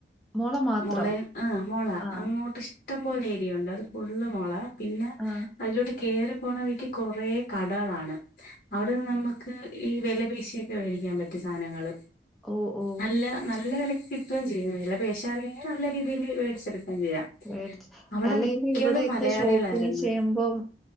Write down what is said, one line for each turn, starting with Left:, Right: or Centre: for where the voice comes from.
Centre: മോളെ മാത്രം?
Left: മുള ആ് മുള
Centre: ആ,
Left: അങ്ങോട്ട്ഷ ഇട്ടം പോലെ ഏരിയുണ്ട് അത് ഫുള്ള് മൊള പിന്നെ
Centre: ആ.
Left: അതിലോട്ട് കയറി പോണ വഴിക്ക് കൊറെ കടകളാണ് അവിടെ നമ്മുക്ക് ഈ വില പീശിയൊക്കെ മേടിക്കാൻ പറ്റും സാധനങ്ങൾ
Centre: ഓ, ഓ.
Left: നല്ല നല്ല വലക്ക് കിട്ടുകയും ചെയ്യും വല പേശാണെങ്കിൽ നല്ല രീതിയിൽ മേടിച്ചെടുക്കുകയും ചെയ്യാം
Centre: മേടിച്ച്അല്ലെങ്കല്
Left: അവിടെ മിക്കതും
Centre: ഇവിടെക്കെ
Left: മലയാളികളായിരുന്നു
Centre: ഷോപ്പിങ് ചെയ്യുമ്പം